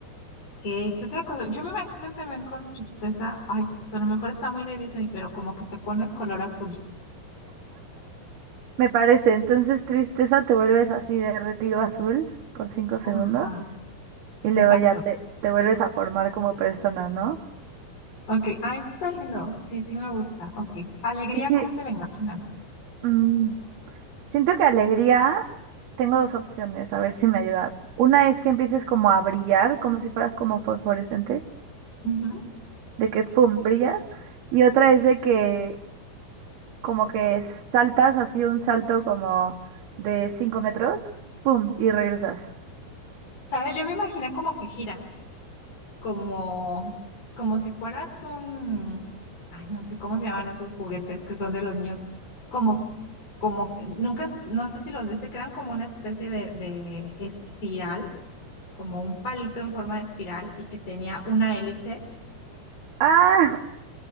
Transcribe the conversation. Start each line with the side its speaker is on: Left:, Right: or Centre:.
Left: ¿Qué, qué otra cosa? Yo me imagino también con tristeza, ay, pues a lo mejor está muy de Disney, pero como que te pones color azul.
Right: Me parece. Entonces, tristeza, te vuelves así derretido azul por cinco segundos
Left: Ajá,
Right: y luego
Left: exacto.
Right: ya te, te vuelves a formar como persona, ¿no?
Left: Ok, ah, eso está lindo. Sí, sí me gusta. Ok. Alegría,
Right: Y sí,
Left: ¿cómo te la imaginas?
Right: mm, siento que alegría, tengo dos opciones, a ver si me ayudas. Una es que empieces como a brillar, como si fueras como fosforescente,
Left: Ujú.
Right: de que, ¡pum!, brillas. Y otra es de que como que saltas así un salto como de cinco metros, ¡pum!, y regresas.
Left: ¿Sabes? Yo me imaginé como que giras, como, como si fueras un, ay, no sé cómo se llaman esos juguetes que son de los niños, como, como, que- nunca, se- no sé si los viste, crean como una especie de, de espiral como un palito en forma de espiral y que tenía una hélice.
Right: Ah,